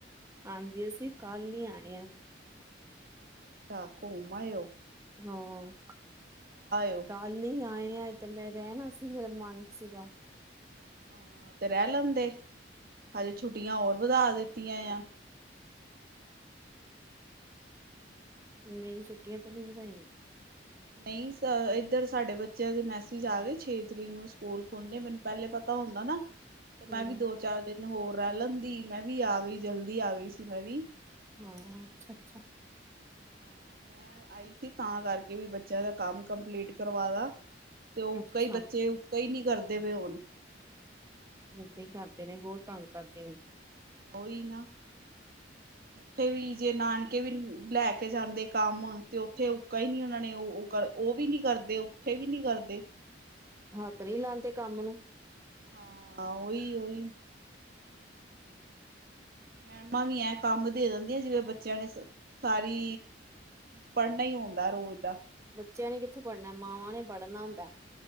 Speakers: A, on the right (about 15°); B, on the right (about 50°).
A: ਹਾਂਜੀ ਅਸੀਂ ਕੱਲ੍ਹ ਨ ਆਏ ਹਾਂ
B: ਅੱਛਾ ਘੁੰਮ ਆਏਓ
A: ਹਾਂ
B: ਓ
A: ਕੱਲ ਨਹੀਂ ਆਏ ਤੇ ਮੈਂ ਰਹਿਣਾ ਸੀ ਮੇਰਾ ਮਨ ਸੀਗਾ
B: ਹਾਂ ਤੇ ਰਹਿ ਲੈਂਦੇ ਹਜੇ ਛੁੱਟੀਆਂ ਹੋਰ ਵਧਾ ਦਿੱਤੀਆਂ ਆ <unintelligible> <inaudible>
A: ਨਹੀਂ ਛੁੱਟੀਆਂ ਤਾਂ ਨਹੀਂ ਵਧਾਈਆਂ
B: ਨਹੀਂ, ਇੱਧਰ ਸਾਡੇ ਬੱਚਿਆਂ ਦੇ ਮੈਸੇਜ ਆ ਗਏ, ਛੇ ਤਰੀਕ ਨੂੰ ਸਕੂਲ ਖੁੱਲਣ, ਮੈਨੂੰ ਪਹਿਲੇ ਪਤਾ ਹੁੰਦਾ ਨਾ ਤੇ
A: ਹਮ
B: ਮੈਂ ਵੀ ਦੋ ਚਾਰ ਦਿਨ ਹੋਰ ਰਹਿ ਲੈਂਦੀ, ਮੈਂ ਵੀ ਆ ਗਈ ਜਲਦੀ ਆ ਗਈ ਸੀ ਮੈਂ ਵੀ।
A: ਹਾਂ, ਅੱਛਾ- ਅੱਛਾ।
B: ਹਾਂ ਮੈਂ ਆਈ ਸੀ, ਤਾਂ ਕਰਕੇ ਵੀ ਬੱਚਿਆਂ ਦਾ ਕੰਮ ਕੰਪਲੀਟ ਕਰਵਾ ਦਾ। ਤੇ ਉੱਕਾ
A: ਅੱਛਾ
B: ਈ ਬੱਚੇ, ਉੱਕਾ ਈ ਨੀ ਕਰਦੇ ਪਏ ਹੁਣ
A: ਏਦਾਂ ਹੀ ਕਰਦੇ ਨੇ ਬਹੁਤ ਤੰਗ ਕਰਦੇ ਨੇ
B: ਉਹੀ ਨਾ ਉੱਥੇ, ਵੀ ਜੇ ਨਾਨਕੇ ਵੀ ਲੈ ਕੇ ਕੇ ਜਾਂਦੇ ਕੰਮ ਤੇ ਉੱਥੇ ਉੱਕਾ ਹੀ ਨੀ, ਉਹਨਾਂ ਨੇ ਉਹ- ਉਹ ਵੀ ਨੀ ਕਰਦੇ, ਉੱਥੇ ਵੀ ਨੀ ਕਰਦੇ।
A: ਹੱਥ ਨਹੀਂ ਲਾਂਦੇ ਕੰਮ ਨੂੰ
B: ਹਾਂ ਓਹੀ -ਓਹੀ। ਮੈਡਮਾਂ ਵੀ ਐ ਕੰਮ ਦੇ ਦਿੰਦੀਆਂ, ਜਿਵੇਂ ਬੱਚਿਆਂ ਨੇ ਸਾਰੀ ਪੜ੍ਹਨਾ ਹੀ ਹੁੰਦਾ ਰੋਜ਼ ਦਾ।
A: ਬੱਚਿਆਂ ਨੇ ਕਿੱਥੇ ਪੜ੍ਹਨਾ, ਮਾਵਾਂ ਨੇ ਪੜ੍ਹਨਾ
B: ਹਾਂ
A: ਹੁੰਦਾ।